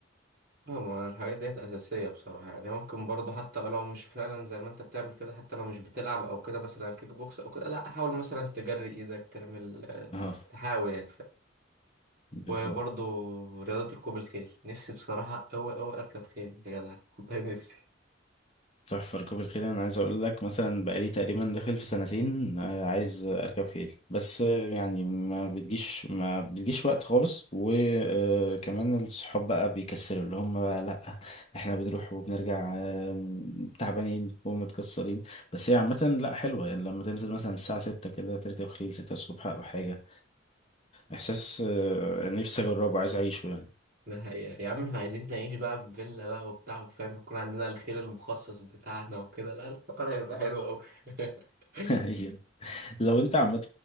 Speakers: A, on the right (about 50°); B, on the left (about 30°).
A: اه ما الحاجات ديت أساسية بصراحة يعني ممكن برضه حتى لو مش فعلا زي ما انت بتعمل كده حتى لو مش بتلعب أو كده مثلا كيك بوكس أو كده لا حاول مثلا تجري إيدك تعمل
B: <laughs>
A: آه،
B: أه
A: تحاول يعني ف...
B: بالظبط
A: وبرضه رياضة ركوب الخيل نفسي بصراحة أوي أوي أركب خيل يا جدع والله نفسي
B: تحفة ركوب الخيل أنا عايز أقول لك مثلا بقالي تقريبا داخل في سنتين آه، عايز أركب خيل بس آه، يعني ما بتجيش ما بتجيش وقت خالص وكمان الصحاب بقى بيكسلوا اللي هم بقى لأ إحنا بنروح وبنرجع آه، تعبانين ومتكسرين بس هي عامة لأ حلوة يعني لما تنزل مثلا الساعة ستة كده تركب خيل ستة الصبح أو حاجة إحساس آه، نفسي أجربه عايز أعيشه
A: ده حقيقة يا عم احنا عايزين نعيش بقى في فيلا بقى وبتاع وفاهم يكون عندنا الخير المخصص بتاعنا وكده لا الحوار هيبقى حلو أوي <laughs>
B: يعني <laughs> لو انت عامة